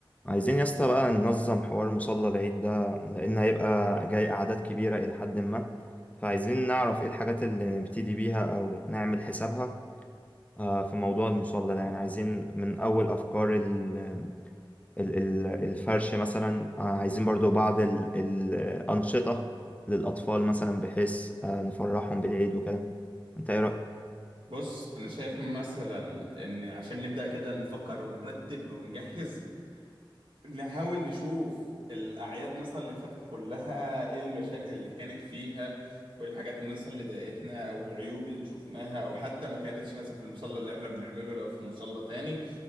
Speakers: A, on the left; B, on the right.
A: عايزين يا اسطى بقى ننظم حوار مصلى العيد ده لأن هيبقى جاي أعداد كبيرة إلى حد ما فعايزين نعرف إيه الحاجات اللي نبتدي بيها أو نعمل حسابها آه، في موضوع المصلى ده يعني عايزين من أول أفكار ال- ال- ال- الفرش مثلا آه، عايزين برضو بعض ال- ال- الأنشطة للأطفال مثلا بحيث آه، نفرحهم بالعيد وكده أنت إيه
B: بص انا شايف مثلا ان عشان نبدأ كده نفكر ونرتب ونجهز نحاول نشوف الاعياد مثلا اللي فاتت كلها ايه المشاكل اللي كانت فيها وايه الحاجات مثلا اللي ضايقتنا او العيوب اللي شفناها او حتى ما كانتش مثلا في المصلى اللي احنا بنعمله لو في مصلى تاني